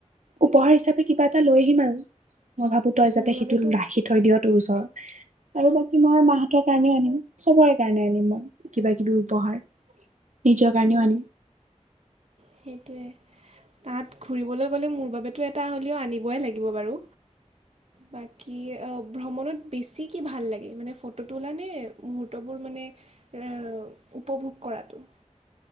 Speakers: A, on the right; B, on the right.
A: উপহাৰ হিচাপে কিবা এটা লৈ আহিম আৰু মই ভাবো তই যাতে
B: মোৰ বাবেতো
A: সেইটো ৰাখি থৈ দিয় তোৰ ওচৰত আৰু বা- কী মই মাহঁতৰ কাৰণেও আনিম, চবৰে কাৰণে আনিম মই কিবা কিবি উপহাৰ। নিজৰ কাৰণেও
B: মোৰ
A: আনিম।
B: সেইটোৱে তাত ঘুৰিবলৈ গ'লে মোৰ বাবেটো এটা হ'লেও আনিবই লা গিব বাৰু। বাকী অ ভ্ৰমণত বেছি কি ভাল লাগে মানে ফটো তুলা নে মুহূৰ্তবোৰ মানে- ৰা উপভোগ কৰাতো।